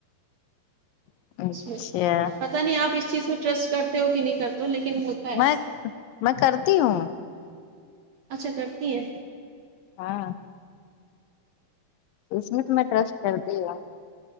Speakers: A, on the left; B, on the right.
A: ہے اچھا
B: اس میں اب پتا نہیں آپ اس چیز میں ٹرسٹ کرتے ہو کہ نہیں کرتے ہو لیکن ہے ایسے
A: میں میں کرتی ہوں
B: اچھا کرتی ہے
A: ہاں اس میں تو میں ٹرسٹ کرتی ہو